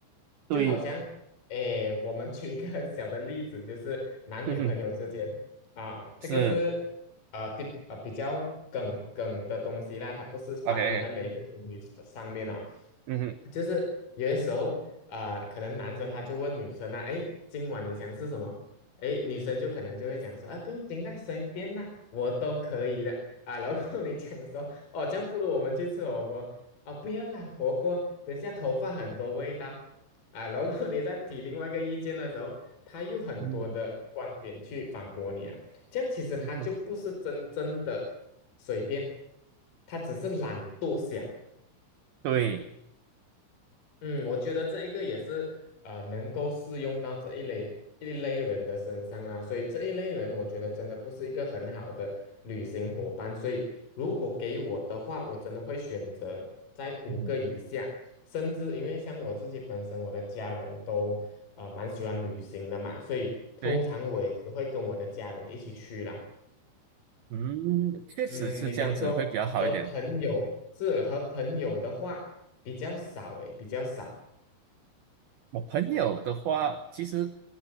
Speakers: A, on the right; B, on the left.
A: 对，
B: 就好像诶，我们举一个 <laughs> 小的例子，就是男女朋友之间啊，
A: 嗯哼，
B: 这个是呃第呃比较梗梗的东西啦，
A: 是
B: 它不是发生在每一个情侣上面啊。
A: OK，嗯哼，
B: 就是有些时候啊、呃可能男生他就问女生啊，哎，今晚你想吃什么？哎，女生就可能就会讲说，啊，不用紧啦，随便啦，我都可以的啊。然后你讲说，哦，这样不如我们去吃火锅哦，不要啦，火锅等下头发很多味道啊。然后你再提另外一个意见的时候，他又很多的观点去反驳你啊。
A: 嗯
B: 这样其实他就不是真正的随便，
A: 嗯哼，
B: 他只是懒惰想。
A: 对，
B: 嗯，我觉得这一个也是呃，能够适用到这一类一类人的身上啊，所以这一类人，我觉得真的不是一个很好的旅行伙伴。所以如果给我的话，我真的会选择在五个以下，
A: 嗯哼，
B: 甚至因为像我自己本身，我的家人都呃蛮喜欢旅行的嘛，所以通常我也只会跟我的家人一起去啦。
A: 对。嗯，确实是这样子会比较好一点。
B: 嗯，你讲说和朋友是和朋友的话比较少诶，比较少，
A: 我朋友的话，其实